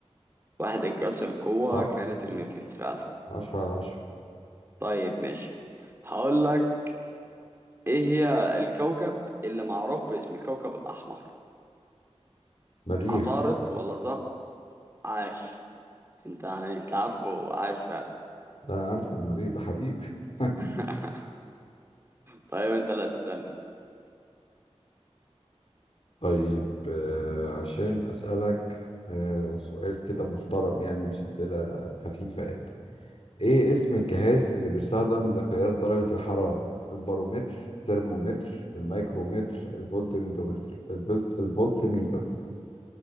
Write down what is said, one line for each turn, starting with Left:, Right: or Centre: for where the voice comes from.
Right: وحدة قياس القوة
Left: صح
Right: كانت النيوتن فعلا
Left: عشرة على عشرة
Right: طيب ماشي هقول لك إيه هي الكوكب اللي معروف باسم الكوكب الأحمر
Left: مريخ
Right: عطارد ولا زق عاش انت يعني انت عارفه عاش فعلا
Left: ده أنا عارفه المريخ ده حبيبي <laughs>
Right: <laughs> طيب انت اللي هتسألني
Left: طيب آه، عشان أسألك آه، سؤال كده محترم يعني مش أسئلة خفيفة يعني ايه اسم الجهاز اللي بيستخدم لقياس درجة الحرارة البارومتر ترمومتر الميكرومتر الفولتميتر الفولت- الفولتميتر